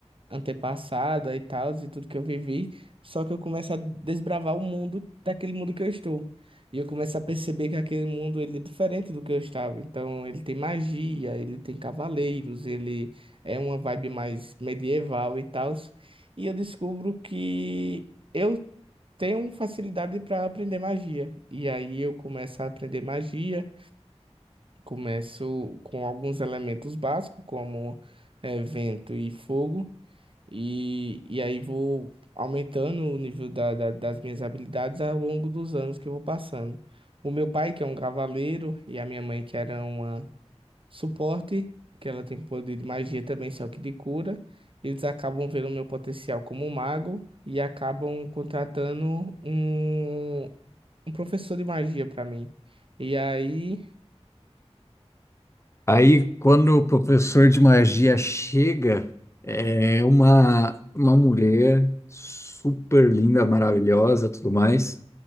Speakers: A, on the right; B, on the left.
A: antepassada e tal, e tudo que eu vivi. Só que eu começo a desbravar o mundo daquele mundo que eu estou. E eu começo a perceber que aquele mundo ele é diferente do que eu estava. Então, ele tem magia, ele tem cavaleiros, ele é uma vibe mais medieval e tal. E eu descubro que eu tenho facilidade para aprender magia. E aí eu começo a aprender magia, começo com alguns elementos básicos, como eh, vento e fogo. E, e aí vou aumentando o nível da- da- das minhas habilidades ao longo dos anos que eu vou passando. O meu pai, que é um cavaleiro, e a minha mãe, que era uma suporte, que ela tem poder de magia também, só que de cura, eles acabam vendo o meu potencial como um mago e acabam contratando um, um professor de magia para mim. E aí,
B: Aí, quando o professor de magia chega, é uma, uma mulher super linda, maravilhosa, tudo mais,